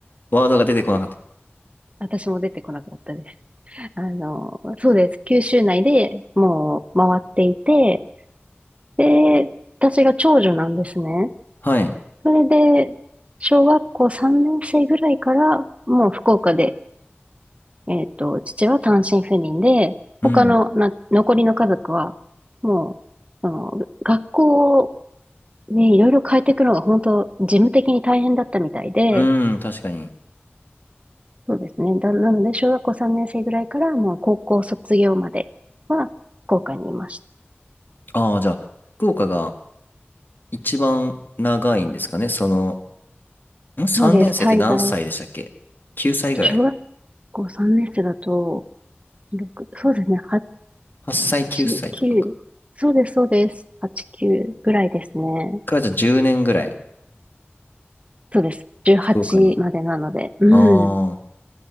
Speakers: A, on the left; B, on the right.
A: ワードが出てこなかった。
B: 私も出てこなかったです。あの、そうです。九州内でもう回っていて、で、私が長女なんですね。
A: はい。
B: それで、小学校3年生ぐらいから、もう福岡で、えっと、父は単身赴任で、
A: うん。
B: 他のな、残りの家族は、もう、あの、学校をね、いろいろ変えていくのが本当、事務的に大変だったみたいで、
A: うん、確かに。
B: そうですね。だ、なので、小学校3年生ぐらいから、もう高校卒業までは、福岡にいました。
A: ああ、じゃあ、福岡が一番長いんですかね。その、ん ?3
B: そうです。
A: 年生って何歳でしたっけ
B: 滞在。
A: ?9 歳ぐらい。
B: と小学校3年生だと、6、そうですね。8、
A: 8歳、9歳とかか。
B: 9。そうです、そうです。8、9ぐらいですね。
A: からじゃあ10年ぐらい。
B: そうです。18までなので。
A: 福岡に。
B: うん。
A: あ